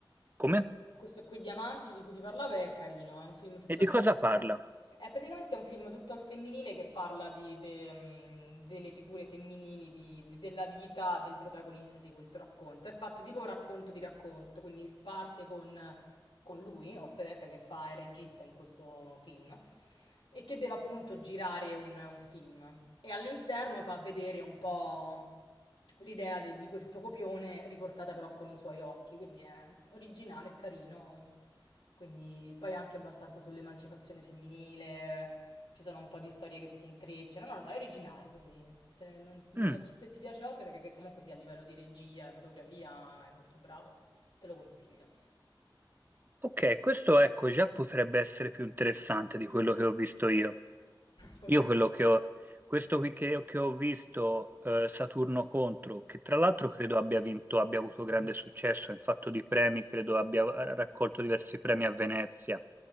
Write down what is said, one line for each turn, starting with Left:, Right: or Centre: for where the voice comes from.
Right: come?
Left: Que- Questo qui Diamanti di cui ti parlavo è carino, è un film tutto
Right: E di
Left: al
Right: cosa
Left: femminile.
Right: parla?
Left: È praticamente un film tutto al femminile che parla di- de- mh, delle figure femminili, di- de- della vita del protagonista di questo racconto. È fatto tipo un racconto di racconto, quindi parte con, con lui, Ospedecca, che fa il regista in questo film, e che deve appunto girare un un film. E all'interno fa vedere un po' l'idea de- di questo copione riportata però con i suoi occhi, quindi è originale e carino. Quindi poi anche abbastanza sull'emancipazione femminile, ci sono un po' di storie che si intrecciano, non lo so, è originale, quindi se non, non
Right: Mm.
Left: l'hai visto e ti piace Ospite, che, che comunque sia a livello di regia e fotografia è molto bravo, te lo consiglio.
Right: Ok, questo ecco già potrebbe essere più interessante di quello che ho visto io.
Left: <laughs> Forse.
Right: Io quello che ho, questo qui che, che ho visto, eh, Saturno contro, che tra l'altro credo abbia vinto, abbia avuto grande successo in fatto di premi, credo abbia eh,
Left: Ok.
Right: raccolto diversi premi a Venezia.